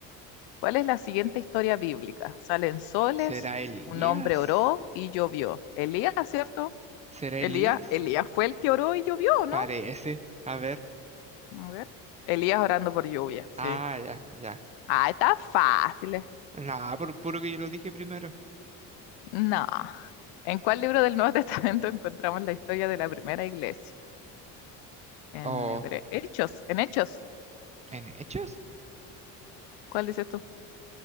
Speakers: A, on the left (about 80°); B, on the right (about 15°).
A: ¿Cuál es la siguiente historia bíblica? Salen soles,
B: ¿Será Elías?
A: un hombre oró y llovió. Elías, ¿cierto?
B: ¿Será
A: Elías,
B: Elías?
A: Elías fue el que oró y llovió, ¿no?
B: Parece. A ver.
A: A ver. Elías orando por lluvia, sí.
B: Ah, ya, ya.
A: Ah, está fácil
B: Nada, por puro que yo lo dije primero.
A: No. ¿En cuál libro del Nuevo Testamento encontramos la historia de la primera iglesia? En
B: ¿O
A: Hebre- Hechos, en Hechos.
B: en Hechos?
A: ¿Cuál dices tú?